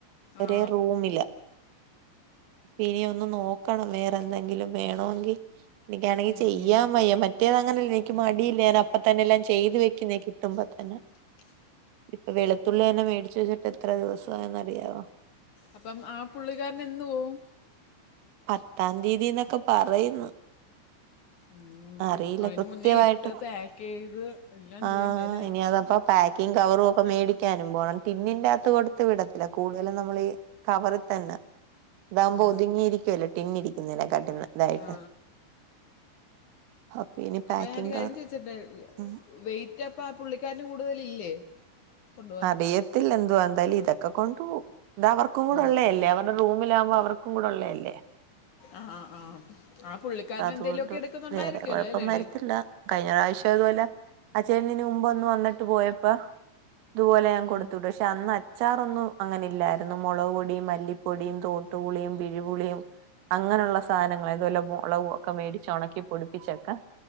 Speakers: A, on the right; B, on the left.
A: ഒരേ
B: ആ
A: റൂമിലാ ഇനി ഒന്ന് നോക്കണം വേറെ എന്തെങ്കിലും വേണമെങ്കി എനിക്കാണെങ്കിൽ
B: ഉം,
A: ചെയ്യാൻ
B: ഉം.
A: വയ്യ മറ്റേത് അങ്ങനെയല്ല എനിക്ക് മടിയില്ല ഞാൻ അപ്പം തന്നെ എല്ലാം ചെയ്ത് വെക്കുന്നെയാ കിട്ടുമ്പ തന്നെ
B: <inaudible>
A: ഇപ്പൊ വെളുത്തുള്ളി തന്നെ മേടിച്ച് വെച്ചിട്ട് എത്ര ദിവസം ആയെന്ന് അറിയാവോ
B: അപ്പം ആ പുള്ളിക്കാരനൻ എന്ന് പോവും
A: പത്താം തീയതതീന്നൊക്കെ പറയുന്ന്
B: ഉം.
A: അറിയില്ല
B: അതിന്
A: കൃത്യമായിട്ട്
B: മുന്നേ ഇട്ട് പാക്ക് ചെയ്ത് എല്ലാം
A: ആഹ്
B: ചെയ്യണ്ടേ അല്ലേ
A: ഇനി അതപ്പം പാക്കിങ്ങ് കവറും ഒക്കെ മേടിക്കാനും പോണം ടിന്നിന്റകത്ത് കൊടുത്ത് വിടത്തില്ല കൂടുതലും നമ്മൾ ഈ കവറി തന്നെ ഇതാകുമ്പോ
B: ആ
A: ഒതുങ്ങിയിരി കുല്ലേ ടിന്നിരിക്കുന്നേനെകാട്ടി നല്ലതായിട്ട്
B: ആ
A: അപ്പം ഇനി
B: അപ്പൊ
A: പാക്കിങ്
B: ഞാൻ ഒരു കാര്യം
A: കവർ
B: ചോദിച്ചിട്ടെ
A: ഉം
B: വെയിറ്റ് അപ്പം ആ പുള്ളിക്കാരന് കൂടുതലില്ലേ കൊണ്ടുപോവാൻ
A: അറിയത്തില്ല എന്തുവാന്ന് എന്തായാലും ഇതൊക്കെ കൊണ്ട് പോവും ഇത് അവർക്കും കൂടെഉള്ളയല്ലേ
B: ഉം, ഉം.
A: അവരുടെ റൂമിലാകുമ്പോ അവർക്കും കൂടെഉള്ള യല്ലേ
B: ആ ആഹ് ആ പുള്ളിക്കാരൻ
A: അതുകൊണ്ട്
B: എന്തെങ്കിലുമൊക്കെ എടുക്കുന്നുണ്ടായിരിക്കുവല്ലോ
A: വേറെ കുഴപ്പം
B: അല്ലേടി
A: വരത്തില്ല കഴിഞ്ഞ പ്രാവശ്യം അതുപോലെ ആ ചേട്ടൻ ഇതിന് മുമ്പ് ഒന്ന് വന്നിട്ട് പോയപ്പം ഇതുപോലെ ഞാൻ
B: ആ
A: കൊടുത്തു വിടും ക്ഷെ ക്ഷെ അന്ന് അച്ചാറൊന്നും അങ്ങനെ ഇല്ലായിരുന്നു മുളക് പൊടിയും മല്ലിപ്പൊടിയും തോട്ടുപുളിയും പിഴിപുളിയും അങ്ങനെയുള്ള സാധനങ്ങൾ ഇതുപോലെ മുളക് ഒക്കെ മേടിച്ച് ഒണക്കി പൊടിപ്പിച്ചൊക്കെ